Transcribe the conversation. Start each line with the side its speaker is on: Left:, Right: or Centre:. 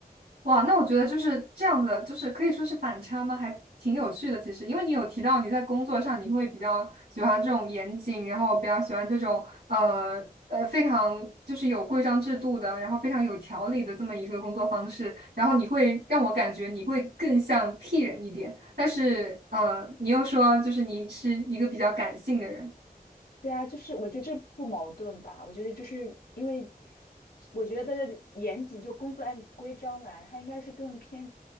Right: 哇，那我觉得就是这样的，就是可以说是反差吗？还挺有趣的。其实，因为你有提到你在工作上你会比较喜欢这种严谨，然后比较喜欢这种呃呃非常就是有规章制度的，然后非常有条理的这么一个工作方式，然后你会让我感觉你会更像 T 人一点，但是呃，你又说就是你是一个比较感性的人，
Left: 对啊，就是我觉得这不矛盾吧？我觉得就是因为，我觉得严谨就工作按规章来，他应该是更偏